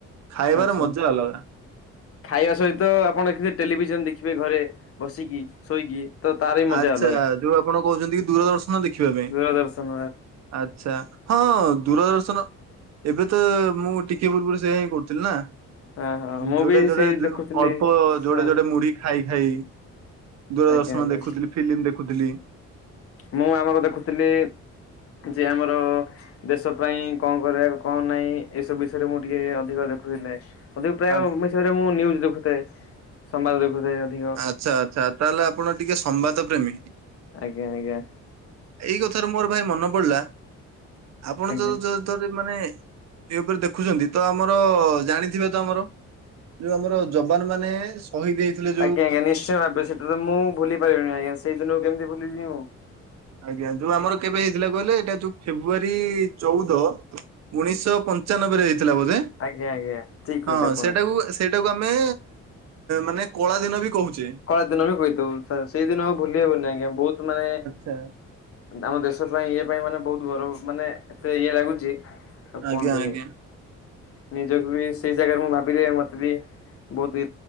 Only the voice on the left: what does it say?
ଆଚ୍ଛା
ଖାଇବା ସହିତ ଆପଣ ଏଥିରେ ଟେଲିଭିଜନ ଦେଖିବେ ଘରେ ବସିକି ଶୋଇକି। ତ ତାର ବି ମଜା
ଅଲଗା
ଦୂରଦର୍ଶନ
ହଁ ହଁ ମୁଁ
ବି
ସେଇ ଦେଖୁଥିଲି
ହଁ
ଆଜ୍ଞା ଆଜ୍ଞା
ମୁଁ ଆମର ଦେଖୁଥିଲି ଯେ ଆମର ଦେଶ ପାଇଁ କଣ କରିବା କଣ ନାହିଁ ଏସବୁ ବିଷୟରେ ମୁଁ ଟିକେ ଅଧିକ ଦେଖୁଥିଲେ। ଅଧିକ ପ୍ରାୟୟରେ
ମୁଁ ଭୁବନେଶ୍ୱର ରେ ନ୍ୟୁଯ ଦେଖୁଥାଏ ସମ୍ବାଦ ଦେଖୁଥାଏ ଅଧିକ।
ଆଜ୍ଞା ଆଜ୍ଞା
ଆଜ୍ଞା।
ଆଜ୍ଞା, ଆଜ୍ଞା ନିଶ୍ଚୟ ଭାବେ ସେଟା ତ ମୁଁ ଭୁଲି ପିବିନି ଆଜ୍ଞା ସେଇିନ କେମତି ଭୁଲିଯିବଉ।
ଆଜ୍ଞା ଆଜ୍ଞା ଠିକ କହିଲେ
ଆପଣ।
କଳା ଦିନ ବି କହିଥାଉୁ ସାର୍ ସେଇଦିନ ଆଉ ଭୁଲି ହବନି ଆଜ୍ଞା ବହୁତ ମାନେ
ଆମ ଦେଶ ପାଇଁ ଇଏ ପାଇଁ ମାନେ ବହୁତ ଗରବ ମାନେ ଏତେ ଇଏ ଲାଗୁଚି। ଆଉ
କଣ କରିନି?
ନିଜକୁ ବି ସେଇ ଜାଗାରେ ମୁଁ ଭାବିଲି ମତେ ବି ବହୁତ